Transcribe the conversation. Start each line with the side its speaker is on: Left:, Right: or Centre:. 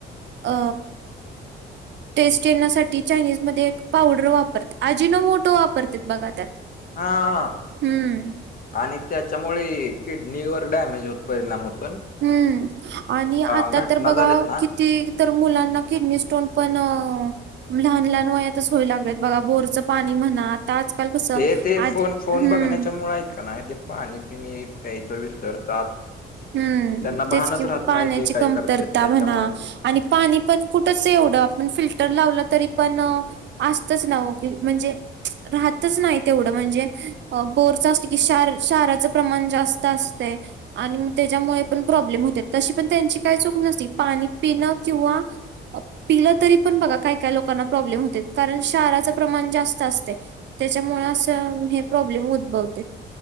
Right: अ. टेस्ट येण्यासाठी चायनीज मध्ये एक पावडर वापरते आजिनो मोटो वापरते बघा त्या.
Left: हा हा.
Right: हम्म.
Left: आणि त्याच्यामुळे किडनीवर डॅमेज होत परिणाम होत.
Right: हम्म आणि आता
Left: घटना
Right: तर बघा
Left: झाल्यात ना
Right: किती तर मुलांना किडनी स्टोन पण लहान लहान वयातच होय लागलेत बघा बोरचं पाणी म्हणत आजकाल कस
Left: ते ते
Right: आधी
Left: फोन फोन
Right: हम्म
Left: बघण्याच्या मुळे आहेत नाही ते पाणी पिणी प्यायचं विसरतात
Right: हम्म
Left: त्यांना भानच
Right: तेच कि
Left: राहत
Right: पाण्याची
Left: नाही ते काय
Right: कमतरता
Left: करतात त्याच्यामुळं
Right: म्हणा आणि पाणी पण कुठच एवढं आपण फिल्टर लावलं तरी पण असतच नव की म्हणजे राहतच नाही तेवढं म्हणजे बोरचं असत की शार शाराचं प्रमाण जास्त असतं आणिग त्याच्यामुळे पण प्रॉब्लेम होते तशी पण त्यांची काही चूक नसती पाणी पिणं किंवा पिलं तरी पण बघा काय काय लोकांना प्रॉब्लेम होते कारण शाराच प्रमाण जास्त असते त्याच्यामुळे असं हे प्रॉब्लेम उद्भवते